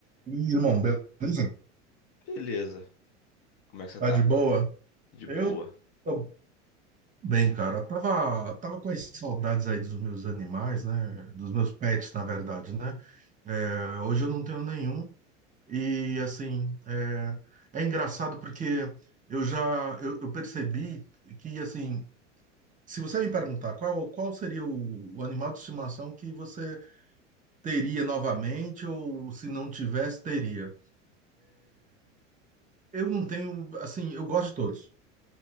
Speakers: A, on the right (about 20°); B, on the left (about 60°).
A: E, irmão, beleza?
B: Beleza. Como é que você
A: Tá
B: tá?
A: de boa?
B: De
A: Eu
B: boa.
A: tô bem, cara. Tava, tava com as saudades aí dos meus animais, né? Dos meus pets, na verdade, né? É, hoje eu não tenho nenhum. E, assim, é, é engraçado porque eu já eu, eu percebi que, assim, se você me perguntar qual, qual seria o, o animal de estimação que você teria novamente ou se não tivesse, teria. Eu não tenho, assim, eu gosto de todos.